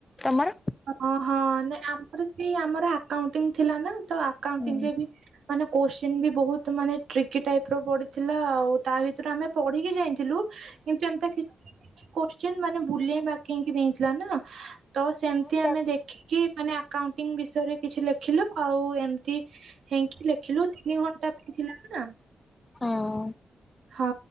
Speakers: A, on the left; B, on the right.
A: ତମର?
B: ଅହଁ ନାଇଁ ଆମର ସେଇ ଆମର ଆକାଉଣ୍ଟିଂ ଥିଲା ନା ତ ଆକାଉଣ୍ଟିିଂରେ
A: ହୁଁ।
B: ବି ମାନେ କୋଶ୍ଚିନ୍ ବି ବୋହୁତ ମାନେ ଟ୍ରିକି ଟାଇପର ପଡିଥିଲା ଆଉ ତା ଭିତରୁ ଆମେ ପଢ଼ିକି ଯାଇଥିଲୁ କିନ୍ତୁ ଏମତି ତ କି କୋଶ୍ଚିନ ମାନେ ବୁଲେଇ ମାକେଇ ଦେଇଥିଲା ନା ତ ସେ ଠି
A: ହଁ। ଆଉ
B: ଆମେ ଦେଖିକି ମାନେ ଆକାଉଣ୍ଟିଙ୍ଗ ବିଷୟରେ କିଛି ଲେଖିଲୁ ଆଉ ଏମତି‌ ହେଇଁକି ଲେଖିଲୁ ତିନି ଘଣ୍ଟା ପାଇଁ ଥିଲା ନା।
A: ହଁ।
B: ହଁ